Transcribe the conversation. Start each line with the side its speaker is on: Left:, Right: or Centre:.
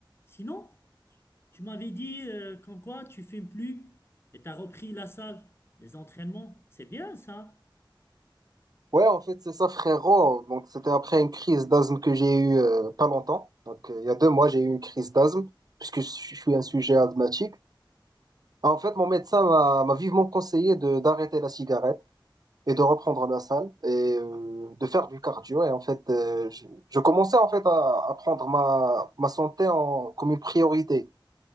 Left: Sinon, tu m'avais dit euh, qu'en quoi tu fumes plus et t'as repris la salle, les entraînements. C'est bien ça,
Right: Ouais, en fait, c'est ça, frérot. Donc, c'était après une crise d'asthme que j'ai eue euh, pas longtemps. Donc, euh, il y a deux mois, j'ai eu une crise d'asthme, puisque je suis je suis un sujet asthmatique. En fait, mon médecin m'a m'a vivement conseillé de d'arrêter la cigarette et de reprendre la salle et euh, de faire du cardio. Et en fait, euh, je, je commençais en fait à, à prendre ma, ma santé en, comme une priorité.